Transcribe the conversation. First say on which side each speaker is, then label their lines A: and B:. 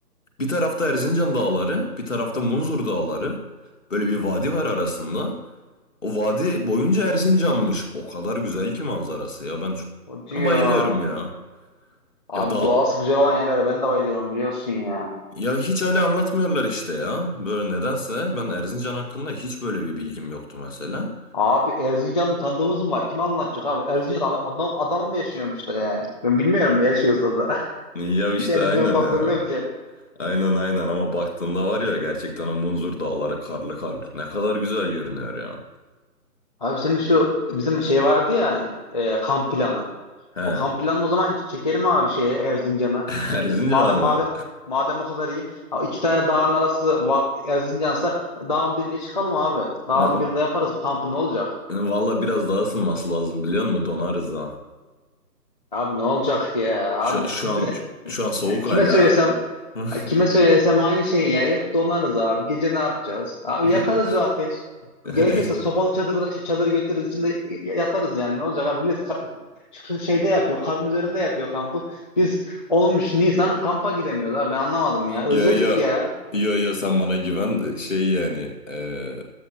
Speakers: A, on the left; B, on the left.
A: Bir tarafta Erzincan dağları, bir tarafta Munzur dağları. Böyle bir vadi var arasında. O vadi boyunca Erzincan'mış. O kadar güzel ki manzarası ya. Ben, çok-
B: O diyor.
A: ben bayılıyorum ya.
B: Abi
A: Ya da
B: doğası güzel olan yerlere ben de bayılıyorum biliyorsun ya.
A: ya hiç öyle anlatmıyorlar işte ya. Böyle nedense ben Erzincan hakkında hiç böyle bir bilgim yoktu mesela.
B: Abi Erzincan'ın tanıdığımız mı var? Kim anlatacak abi? Erzincan adam, adam, adam mı yaşıyormuş da yani? Ben bilmiyorum yaşıyorsa da.
A: Ya
B: <laughs>
A: işte
B: Hiç Erzincan'ın
A: aynen
B: tanıdığım
A: ya.
B: yok ki.
A: Aynen aynen ama baktığında var ya gerçekten o Munzur dağları karlı karlı. Ne kadar güzel görünüyor ya.
B: Abi senin şu bizim şey vardı ya hani e, kamp planı.
A: He.
B: O kamp planını o zaman çekelim abi şeye Erzincan'a.
A: <laughs> Erzincan'a
B: E, Madem
A: mı?
B: madem madem o kadar iyi. Ha, iki tane dağın arası Va- Erzincan'sa dağın birine çıkalım abi. Dağın
A: Ne-
B: birinde yaparız bu kampı ne olacak?
A: Valla biraz daha ısınması lazım biliyor musun? Donarız ha.
B: Abi ne olacak ya?
A: Şu,
B: Abi
A: şu
B: siz
A: an
B: de
A: şu an soğuk
B: he, kime
A: hala.
B: söylesem
A: ha.
B: Ay, kime söylesem aynı şey ya. Yok donarız abi. Gece ne yapacağız? Abi
A: <laughs>
B: yakarız bir ateş.
A: <laughs>
B: Gerekirse sobalı çadır, şey, çadır götürürüz içinde y- yatarız yani. Ne olacak abi? Millet ka- şu şeyde yapıyor. Karın üzerinde yapıyor kampı. Biz olmuş Nisan kampa gidemiyoruz abi. Ben anlamadım ya. Özledik
A: Ya ya
B: ya.
A: ya ya sen bana güven şey yani eee,